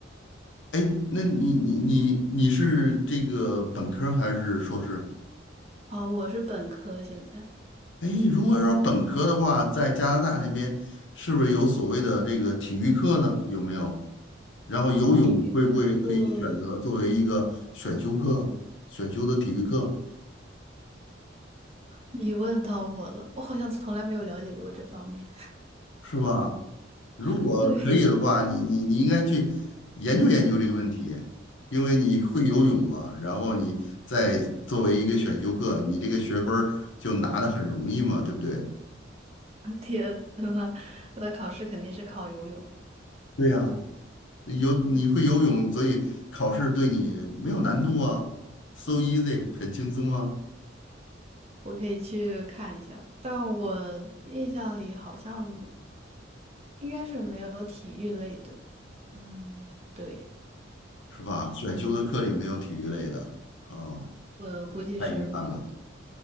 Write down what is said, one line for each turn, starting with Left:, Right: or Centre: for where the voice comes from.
Left: 哎，那你你你你是这个本科儿还是硕士？
Right: 啊，我是本科，现在
Left: 哎，如果说本科的话，在加拿大那边是不是有所谓的这个体育课呢？有没有？然后游泳会不会可以选择作为一个选修课，
Right: 体育课
Left: 选修的体育课
Right: 你问到我了，我好像从来没有了解过这方面。
Left: 是吧？如果可以的话，
Right: <laughs> 对，
Left: 你你你应该去研究研究这个问题，因为你会游泳嘛，然后你再作为一个选修课，你这个学分儿就拿的很容易嘛，对不对？
Right: <laughs> 天呐，他的考试肯定是考游泳，
Left: 对呀、游你会游泳，所以考试对你没有难度啊，so easy，很轻松啊，
Right: 我可以去看一下，但我印象里好像应该是没有体育类的。嗯，对，
Left: 是吧？选修的课里没有体育类的啊，
Right: 我估计是没有的。
Left: 太遗憾了。